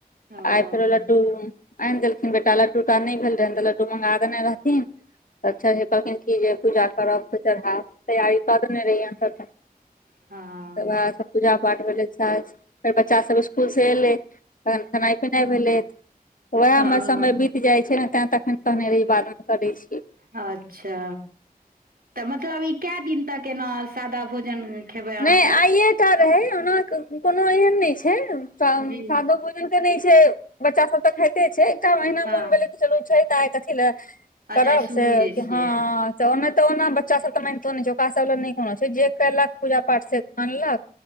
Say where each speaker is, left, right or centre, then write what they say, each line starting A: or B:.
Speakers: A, on the right (about 70°); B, on the left (about 60°).
A: ओ
B: आइ फेरो लड्डू आनि देलखिन बेटा, लड्डूटा नहि भेल रहनि तऽ लड्डू मँगा देने रहथिन। तऽ चढ़ेबऽ कहलखिन कि जे पूजा करब तऽ चढ़ेबऽ, तैयारी कऽ देने रहियैनि। तब।
A: हँ
B: पूजा पाठ भेलै, फेर बच्चासभ इसकुलसँ अयलै। तखन खेनाइ पिनाइ भेलै, ओहिमे
A: हँ
B: समय बीतल। जाइ छै ने तैँ, तखन कहने रही, बादमे करै छी।
A: अच्छा, तऽ मतलब ई कए दिन तक एना सादा भोजन? खेबै अहाँ
B: नहि,
A: सब
B: आइए टा रहै। ओना कोनो एहन नहि छै, सादो
A: जी
B: बुझ। मान तऽ नहि छै, बच्चासभ तऽ खाइते छै। एकटा महिना
A: हँ
B: मोन भेलै तऽ चलू छै, तऽ आइ कथी लए?
A: अच्छा
B: करब
A: आइ शुरू
B: से
A: जे
B: कि?
A: छियै
B: हँ। तऽ ओना तऽ बच्चासभ तऽ मानितो नहि छै, ओहिसभके लेल नहि कोनो छै जे कलक। पूजा पाठसँ मानलक